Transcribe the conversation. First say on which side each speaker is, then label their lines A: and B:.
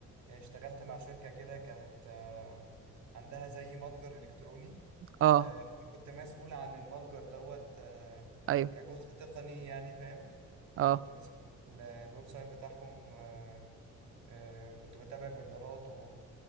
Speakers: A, on the right; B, on the right.
A: اشتغلت مع شركة كده كانت آه، عندها زي متجر الكتروني
B: اه
A: آه، فانا كنت مسؤول عن المتجر دوت آه،
B: ايوه
A: كجزء تقني يعني فاهم
B: اه
A: يعني كنت ماسك ال- الويب سايت بتاعهم آه، آه، كنت بتابع الاوردرات و-